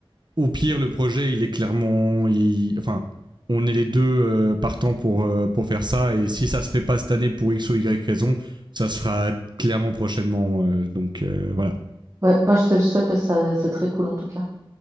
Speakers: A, on the right; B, on the right.
A: au pire, le projet, il est clairement, il- enfin, on est les deux euh, partants pour euh, pour faire ça. Et si ça se fait pas cette année pour x ou y raison, ça se fera clairement prochainement. euh, donc euh, voilà.
B: Ouais, bah, je te le souhaite parce que ça- c'est très cool en tout cas.